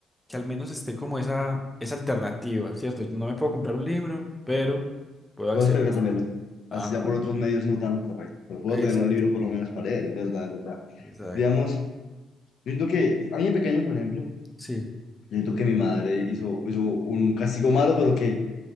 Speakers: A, in the centre; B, on the left.
A: que al menos esté como esa, esa alternativa, ¿cierto? Yo no me puedo comprar un libro, pero puedo
B: Puedo
A: acceder.
B: descargar también,
A: Ajá,
B: Así ya por otros medios no tan correcto, pero puedo
A: exacto,
B: tener un libro por lo menos para leer, es verdad, es verdad.
A: exacto.
B: Digamos, siento que a mí de pequeño, por ejemplo,
A: Sí,
B: Yo siento que mi madre hizo, hizo un castigo malo, pero que